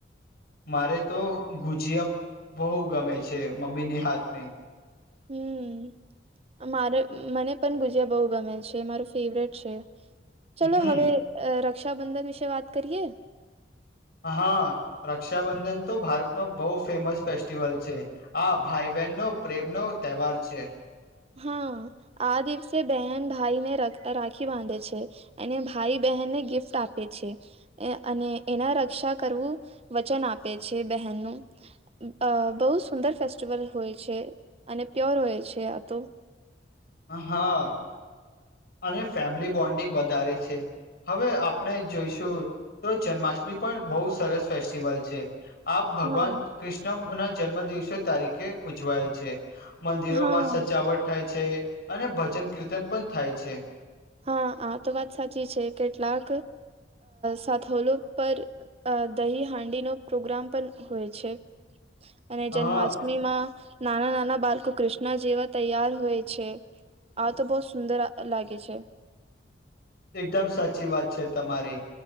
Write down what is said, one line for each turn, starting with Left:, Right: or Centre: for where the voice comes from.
Left: મારે તો ગુજીિયા બહુ ગમે છે, મમ્મી ની હાથ ને.
Right: હમ. મારે મને પણ ગુજ્યા બહુ ગમે છે, માર ફેવરેટ છે. ચલો
Left: હમ
Right: હવે રક્ષાબંધન વિશે વાત કરીએ.
Left: હા રક્ષાબંધન તો ભારત નો બહુ ફેમસ ફેસ્ટિવલ છે. આા ભાઈ બહેન નો પ્રેમ નો તહેવાર છે.
Right: હા આ દિવસે બહેન ભાઈને ર રાખી બાંધે છે. અને ભાઈ બહેનને ગિફ્ટ આપે છે. અને એના રક્ષા કરવું વચન આપે છે, બહેનનું. અ બહુ સુંદર ફેસ્ટિવલ હોય છે, અને પ્યોર હોય છે આ તો
Left: હા અને ફેમિલી બોન્ડિંગ વધારે છે, હવે આપણે. જોઈશું તો જન્માષ્ટમી પણ બહ સરસ ફેસ્ટિવલ છે, આપ ભગવાન
Right: હા
Left: કૃષ્ણ <unintelligible> જન્મ દિવસે તારીખે ઉજવાય છે, મંદિરોમાં
Right: હા
Left: સજાવટ થાય છે. અને ભજન કીર્તન પણ થાય છે.
Right: હા આ તો વાત સાચી છે, કેટલાક સાથોલો પર. અ દહી હાંડી નો પ્રોગ્રામ પણ હોય છે. અને
Left: હા
Right: જન્માષ્ટમીમાં નાના નાના બાળકો કૃષ્ણ જેવા. તૈયાર હોય છે, આ તો બહુત સુંદર લાગે છે.
Left: એકદમ સાચી વાત છે, તમારી.